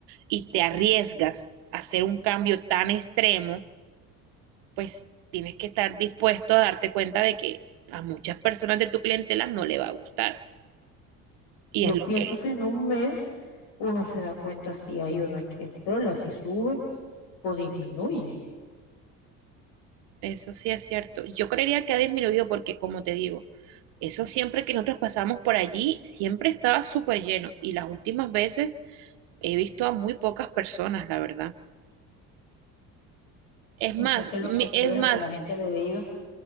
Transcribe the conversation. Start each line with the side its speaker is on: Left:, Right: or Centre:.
Right: y te arriesgas a hacer un cambio tan extremo, pues tienes que estar dispuesto a darte cuenta de que a muchas personas de tu clientela no le va a gustar. Y
Left: Yo
Right: es lo
Left: pienso
Right: que,
Left: que en un mes uno se da cuenta si hay o no hay clientela, si sube o disminuye.
Right: eso sí es cierto. Yo creería que ha disminuido porque, como te digo, eso siempre que nosotros pasamos por allí, siempre estaba súper lleno. Y las últimas veces he visto a muy pocas personas, la verdad. Es
Left: No
Right: más,
Left: sé qué es
Right: mi-
Left: lo que esperan
Right: es más,
Left: que la gente le diga.